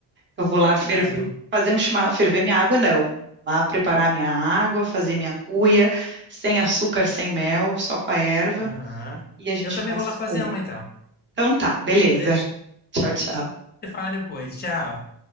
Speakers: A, on the right; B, on the left.
A: Eu vou lá
B: Combinado.
A: ferver, fazer um chima- ferver minha água, não. Lá preparar minha água, fazer minha cuia, sem açúcar, sem mel, só com a erva,
B: Aham.
A: e a gente
B: Eu também
A: vai
B: vou
A: se
B: lá fazer
A: falando.
B: uma, então.
A: Então tá, beleza.
B: Beleza?
A: <laughs> Tchau, tchau.
B: Você fala depois. Tchau.